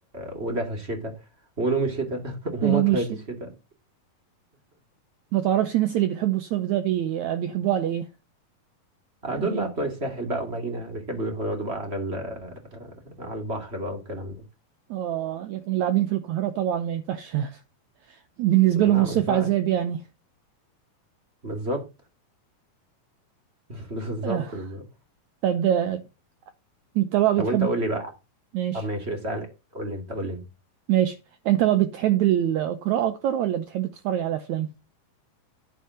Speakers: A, on the right (about 25°); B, on the right (about 85°).
A: ودفى الشتاء ونوم الشتاء <laughs>
B: انا
A: ومطرة
B: مش
A: الشتاء
B: ما تعرفش الناس اللي بيحبوا الصيف ده بي... بيحبوه على ايه
A: آه،
B: يعني
A: دول بقى بتوع الساحل بقى ومارينا بيحبوا يروحوا يقعدوا بقى على ال... على البحر بقى والكلام ده
B: اه لكن اللي قاعدين في القاهرة طبعا ما ينفعش <laughs> بالنسبة
A: لا
B: لهم الصيف
A: ما ينفعش
B: عذاب يعني
A: بالظبط <laughs> بالظبط
B: آه.
A: بالظبط
B: طب آه، انت بقى بتحب
A: طب وانت قول لي بقى
B: ماشي
A: طب ماشي اسأل قول لي انت قول لي
B: ماشي انت بقى بتحب القراءة اكتر ولا بتحب تتفرج على افلام